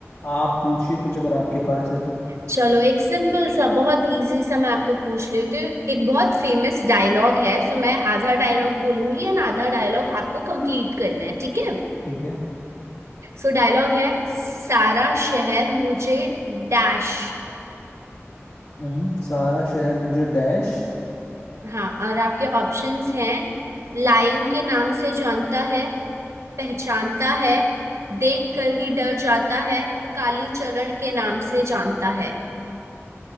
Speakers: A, on the left; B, on the right.
A: आप पूछिए कुछ अगर आपके पास है तो
B: चलो एक सिंपल सा बहुत इजी सा मैं आपको पूछ रही हूँ तो एक बहुत फेमस डायलॉग है सो मैं आधा डायलॉग बोलूंगी एंड आधा डायलॉग आपको कंप्लीट करना है ठीक है
A: ठीक है
B: सो डायलॉग है सारा शहर मुझे डैश
A: हम्म सारा शहर मुझे डैश
B: हाँ और आपके ऑप्शंस हैं लायन के नाम से जानता है पहचानता है देख कर ही डर जाता है काली चरण के नाम से जानता है